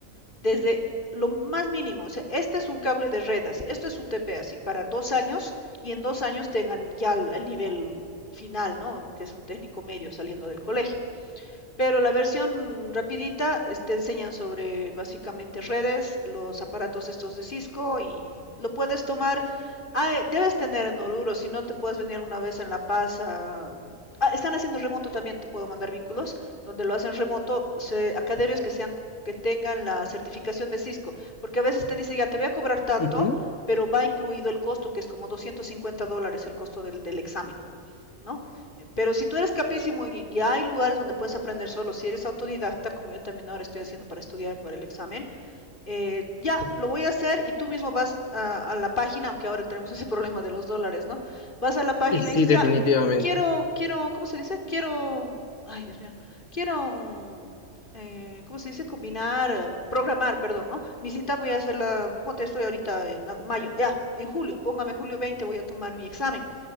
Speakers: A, on the left; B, on the left.
A: desde lo más mínimo, o sea, este es un cable de red, así, esto es UTP, así, para dos años y en dos años tengan ya el, el nivel final, ¿no? Que es un técnico medio saliendo del colegio. Pero la versión rapidita te enseñan sobre básicamente redes, los aparatos estos de Cisco y lo puedes tomar. Ah, debes tener en Oruro, si no te puedes venir una vez en La Paz a- Ah, están haciendo remoto también, te puedo mandar vínculos, donde lo hacen remoto, se, academias que sean, que tengan la certificación de Cisco, porque a veces te dice, ya te voy a cobrar tanto,
B: ujú.
A: pero va incluido el costo, que es como 250 dólares el costo del, del examen. ¿no? Eh, Pero si tú eres capísimo y, y hay lugares donde puedes aprender solo, si eres autodidacta, como yo también ahora estoy haciendo para estudiar para el examen, eh, ya, lo voy a hacer y tú mismo vas a, a la página, aunque ahora tenemos ese problema de los dólares, ¿no? Vas a la página
B: Y sí,
A: y dices,
B: definitivamente.
A: ya, quiero, quiero, ¿cómo se dice? Quiero, ay, Dios mío, quiero... mm, eh, ¿cómo se dice? Combinar, eh, programar, perdón, ¿no? Mi cita voy a hacerla, ponte, estoy ahorita en mayo, ya, en julio, póngame julio 20, voy a tomar mi examen